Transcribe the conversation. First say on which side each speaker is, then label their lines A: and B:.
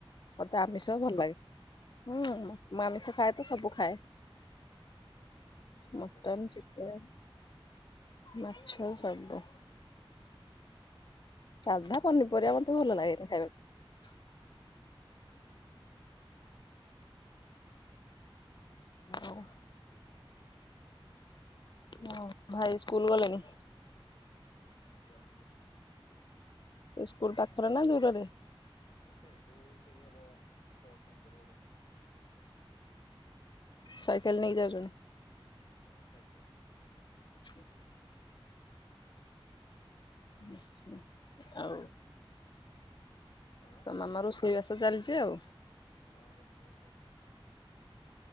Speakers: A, on the left; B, on the left.
A: ମୋତେ
B: ମଟନ
A: ଆମିଷ ଭଲ ଲାଗେ। ହୁଁ, ମୁ ଆମିଷ ଖାଏ ତ ସବୁ ଖାଏ।
B: ହଁ, ଭଲ
A: ମଟନ
B: କଥା।
A: ଚିକେନ ମାଛ ଆଉ ସବୁ। ସାଧା ପନିପରିବା ମତେ ଭଲ ଲାଗେନି ଖାଇବାକୁ,
B: <inaudible>
A: ମୁଁ ହୁଁ, ଭାଇ ସ୍କୁଲ ଗଲେଣି?
B: ହୁଁ, ହୁଁ, ଗଲେଣି ସ୍କୁଲ୍।
A: ସ୍କୁଲ୍ ପାଖରେ ନା ଦୂରରେ?
B: ସେଇଠୁ ସେଇ ହବ ଛଅଶହ ମିଟର ଭଳିଆ।
A: ସାଇକେଲ ନେଇ ଯାଉଛନ୍ତି?
B: ହୁଁ, ସାଇକେଲ୍।
A: ଛ ଆଚ୍ଛା, ଆଉ
B: କଣ
A: ତ ମାମା ରୋଷଇବାସ ଚାଲିଛି ଆଉ।
B: ହଁ, ରୋଷେଇବାସ ଚାଳିଛି।